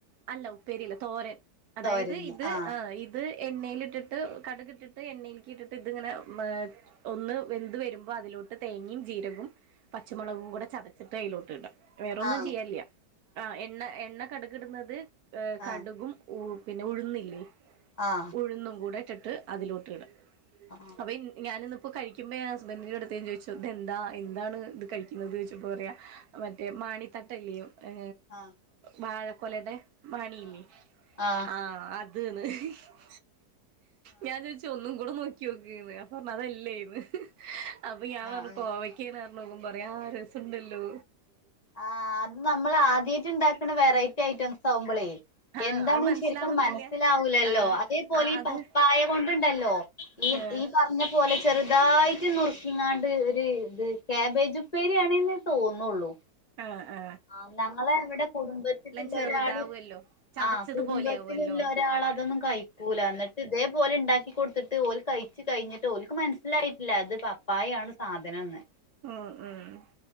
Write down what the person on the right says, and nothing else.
അല്ല ഉപ്പേരിയല്ല തോരൻ അതായത്
ഇത്
ആ് ഇത് എണ്ണയില് ഇട്ടിട്ട് കടുകിട്ടിട്ട് എണ്ണയിൽക്കി ഇട്ടിട്ട് ഇതിങ്ങനെ മേക് ഒന്ന് വെന്ത് വരുമ്പോൾ അതിലോട്ട് തേങ്ങയും ജീരകവും പച്ചമുളകും കൂടെ ചതച്ചിട്ട് അതിലോട്ട് ഇടാം വേറൊ
ഒന്നും ചെയ്യയില്ല ആ എണ്ണ എണ്ണ കടുകിടുന്നത് ഏ
കടുകും ഉ പിന്നെ ഉഴുന്നില്ലേ
ഉഴുന്നും കൂടെ ഇട്ടിട്ട് അതിലോട്ട് ഇട
അപ്പെ ഞാനൻ ഇന്നപ്പോ കഴിക്കുമ്പോ ൻ ഹസ്ബൻഡന്റെറെടുത്തന്ന് ചോദിച്ച ഇ എന്താ എന്താണ് ഇത് കഴിക്കുന്നത്ന്ന് ചോദിച്ചപ്പോ പറയാ മറ്റേ മാണിത്തട്ടല്ലിയയും ഏ
വാഴക്കൊലയുടെ മണിൽേ
ആ ത് ന്ന് ഹ് ഹ് ഞാൻ ചോദിച്ച ഒന്നും കൂടെ നോക്കി നോക്കന്ന് പറഞ്ഞ അതല്ലേ ഇന്ന് അപ്പൊ ഞാൻ
പറഞ്ഞു കോവക്ക കേനർ നോക്കുമ പറയ ആ രസുണ്ടല്ലോ
ആഹ്
അത് മനസ്സിലാവുന്നില്ല
ആഹ്
ആഹ്
അത്
ഏ
ആ ആ
ചെറുതാവല്ലോ
ചതച്ചതുപോലെ
ആവുല്ലോ
ഉ ഉം